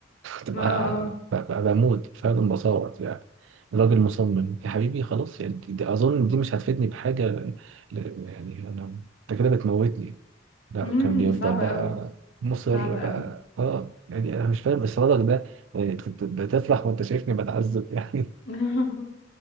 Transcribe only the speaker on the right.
تبقى
<laughs> ببقى بموت فعلا بصوت يعني الراجل مصمم يا حبيبي خلاص يعني دي دي أظن دي مش هتفيدني بحاجة ل- يعني أنا أنت كده بتموتني لا
كان بيفضل
بقى
مصر
بقى
اه يعني أنا مش فاهم إصرارك ده يعني أنت بت- بتفرح وأنت شايفني بتعذب يعني